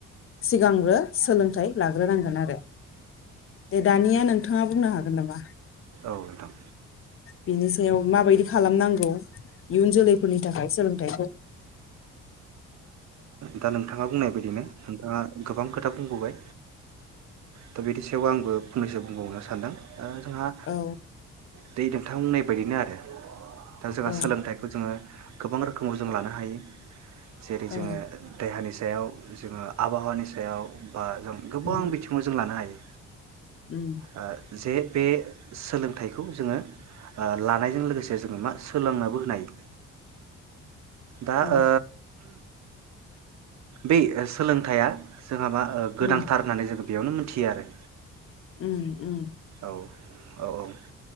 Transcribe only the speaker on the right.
औ नोंथां
दा नोंथाङा बुंनाय बायदिनो नोंथाङा गोबां खोथा बुंबोबाय दा बिनि सायाव आंबो फंनैसो बुंबावनो सानदों ओ जोंहा
दे नोंथां बुंननाय बायदिनो आरो दा जोंहा
सोलोंथाइखौ गोबां रोखोमाव जों लानो हायो जेरै जोङो
देहानि सायाव जोङो आबहावानि सायाव बा जों गोबां
बिथिङाव जों लानो हायो
ओ जे बे सोलोंथाइखौ जोङो ओ लानायजों लोगोसे जों मा सोलोंनाबो होनाय दा
ओ बे सोलोंथाइया जोंहा मा ओ गोनांथार
होननानै जो बेयावनो मोनथियो आरो
औ औ